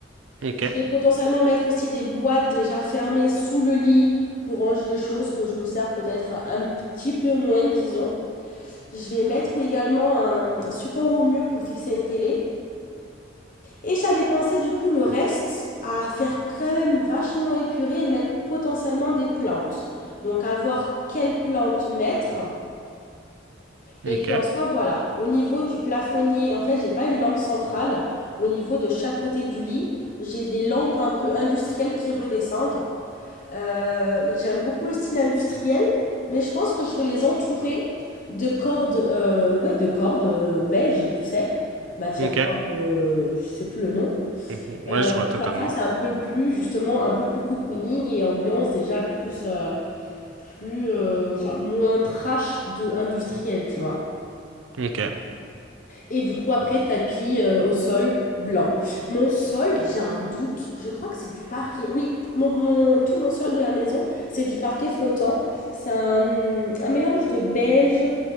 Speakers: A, on the right; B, on the left.
A: ok,
B: Je vais potentiellement mettre aussi des boîtes déjà fermées sous le lit pour ranger les choses que je me sers peut-être un petit peu moins, disons. Je vais mettre également un support au mur pour fixer une télé. Et j'avais pensé du coup le reste à faire quand même vachement épuré et mettre potentiellement des plantes. Donc à voir quelles plantes mettre.
A: ok,
B: Et puis en soi, voilà. Au niveau du plafonnier, en fait, j'ai pas une lampe centrale. Au niveau de chaque côté du lit, j'ai des lampes un peu industrielles qui redescendent. Euh, j'aime beaucoup le style industriel, mais je pense que je vais les entourer de cordes, euh, ouais, de cordes euh, beige, tu sais, matière
A: ok.
B: corde, euh, je sais plus le nom,
A: Mhm. Ouais,
B: euh,
A: je
B: pour
A: vois totalement.
B: que ça fasse un peu plus, justement, un peu plus cocooning et ambiance déjà plus, euh, plus, euh, enfin, moins trash de industriel, tu vois.
A: Ok,
B: Et du coup, après, tapis euh, au sol blanc. Mon sol, j'ai un doute. Je crois que c'est du parquet. Oui, mon, mon- tout mon sol de la maison, c'est du parquet flottant. C'est un, un mélange de beige,